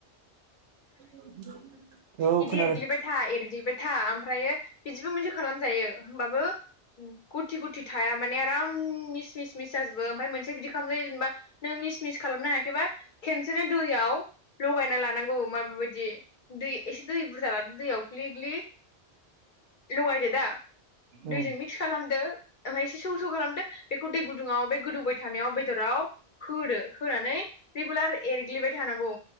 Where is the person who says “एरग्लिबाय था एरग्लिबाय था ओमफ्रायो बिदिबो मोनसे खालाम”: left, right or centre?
Left